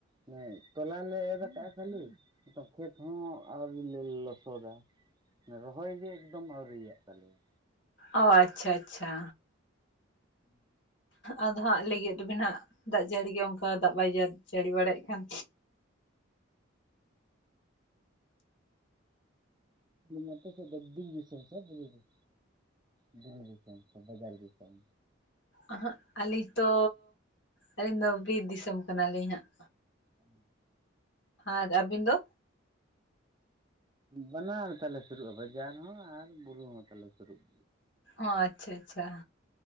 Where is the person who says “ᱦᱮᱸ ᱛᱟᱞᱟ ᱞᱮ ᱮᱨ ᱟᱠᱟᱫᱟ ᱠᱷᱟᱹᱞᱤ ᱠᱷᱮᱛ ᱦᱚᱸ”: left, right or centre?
Right